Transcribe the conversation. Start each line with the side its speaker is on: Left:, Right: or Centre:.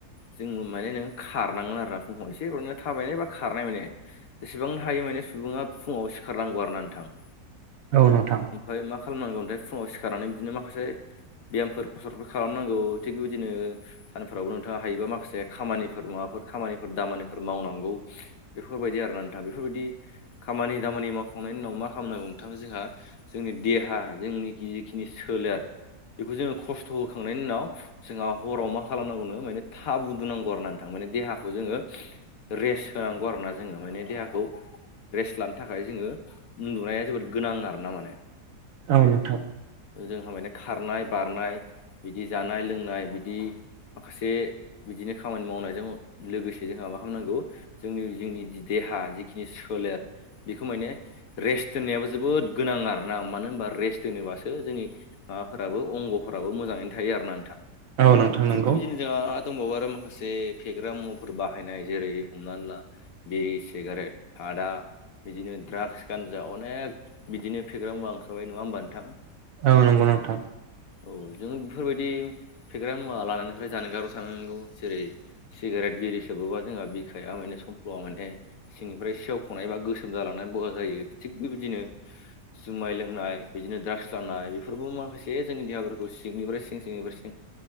Left: जोङो माने नों खारनांगोन आरोना फुुंङाव एसे <unintelligible> थाबायनाय बा खारनाय माने जेसेबां हायो माने सुबुङा फुङाव सिखारनांगौ आरोना नोंथां।
Right: औ नोंथां।
Left: ओमफाय मा खालामनांगौ <unintelligible> फुंङाव सिखारनानै बिदिनो माखासे बेयामफोर खस'रतफोर खालामनांगौ थिग बेबायदिनो सानफोरावबो नोंथाङा हायोबा माखासे खामानिफोर माबाफोर खामानिफोर दामानिफोर मावनांगौ। बेफोरबायदि आरोना नोंथां बेफोरबायदि खामानि दामानि मावखांनायनि उनाव मा खामनांगौ नोंथां जोंहा जोंनि देहा जोंनि जिखिनि सोलेर बेखौ जोङो खस्थ' होखांनायनि उनाव जोंहा हराव मा खालामनांगौनो माने थाब उनदुनांगौ आरोना नोंथां माने देहाखौ जोङो रेस्ट होनांगौ आरोना जोंङो माने देहाखौ रेस्ट लानो थाखाय जोङो उन्दुनाया जोबोद गोनां आरो ना माने।
Right: औ नोंथां।
Left: जोंहा माने खारनाय बारनाय बिदि जानाय लोंनाय बिदि बि माखासे बिदिनो खामानि मावनायजों लोगोसे जोंहा मा खालामनांगौ? जोंनि जोंनि जि देहा जिखिनि सोलेर बेखौ माने रेस्ट दोननायाबो जोबोद गोनां आरो ना मानो होनबा रेस्ट दोनोबासो जोंनि माबाफोराबो अंग'फोराबो मोजांङैनो थायो आरो ना नोंथां।
Right: औ नोंथां
Left: थिग
Right: नंगौ
Left: बेबायदिनो जोंहा दंबावो आरो माखासे फेग्रा मुवाफोर बाहायनाय जेरै हमनानै ला बिरि, सिगारेट, सादा बिदिनो द्राग्स गानजा अनेक बिदिनो फेग्रा मुवा ओंखारबाय नङा होनबा नोंथां?
Right: औ नंगौ नोंथां।
Left: औ जों बेफोरबायदि फेग्रा मुवा लानायनिफ्राय जानगाराव थानांगौ जेरै सिगारेट बिरि सोबोबा जोंहा बिखाया माने समफ्ल'आ माने सिंनिफ्राय सेवख'नाय एबा गोसोम जालांनानै बया जायो। थिग बेबायदिनो जुमाय लोंनाय, बिदिनो ड्राग्स लानाय बेफोरबो माखासे जोंनि देहाफोरखौ सिंनिफ्राय सिं सिंनिफ्राय सिं